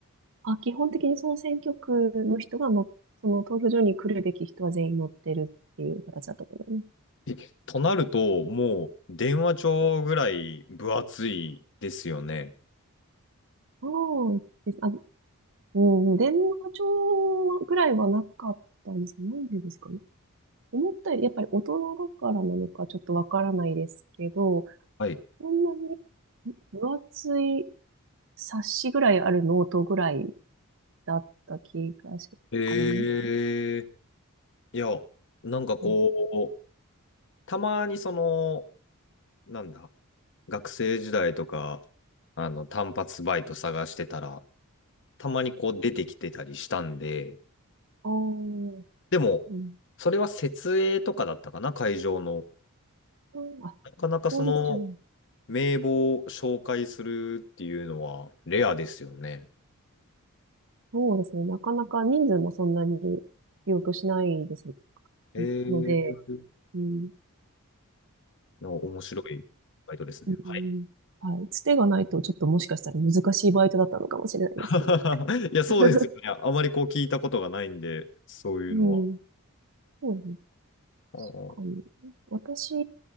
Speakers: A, on the right (about 60°); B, on the left (about 55°).
A: あ、基本的にその選挙区の人がの、その投票所に来るべき人は全員乗ってるっていう形だったと思います。
B: え、となると、もう電話帳ぐらい分厚いですよね。
A: そうです。あうん、電話帳ぐらいはなかったんですけど、なんでですかね。思ったより、やっぱり大人だからなのかちょっとわからないですけど、
B: はい。
A: こんなに分厚い冊子ぐらいあるノートぐらいだった気がし、
B: ええ
A: あれも、
B: いや、なんかこう、
A: うん、
B: たまにその、なんだ、学生時代とか、あの、単発バイト探してたら、たまにこう出てきてたりしたんで、
A: あー
B: でも、
A: うん、
B: それは設営とかだったかな、会場の。
A: うんあ、
B: なかなかその
A: 当日じゃない。
B: 名簿を紹介するっていうのはレアですよね。
A: そうですね。なかなか人数もそんなに必要としないです
B: えー、
A: ので、うん、
B: の面白いバイトですね。
A: うん。
B: はい。
A: はい。つてがないと、ちょっともしかしたら難しいバイトだったのかもしれないですね。
B: <laughs> いや、そうですよね。
A: <laughs>
B: あまりこう聞いたことがないんで、そういうのは。
A: うん。そうです
B: あー
A: ね。私